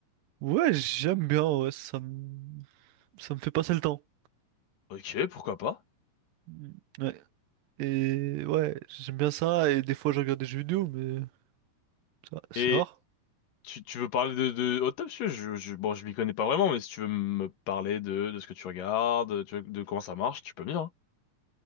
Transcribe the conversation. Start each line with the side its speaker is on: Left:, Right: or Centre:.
Right: ouais, j'aime bien. Ouais, ça me ça me fait passer le temps.
Left: Ok, pourquoi pas.
Right: Mm, Ouais. Et ouais, j'aime bien ça, et des fois je regarde des jeux vidéo, mais ça, c'est
Left: Et
Right: rare.
Left: Tu, tu veux parler de, de Hot Top, je, je, je- bon, je m'y connais pas vraiment, mais si tu veux me parler de, de ce que tu regardes, tu veux- de comment ça marche, tu peux venir. hein.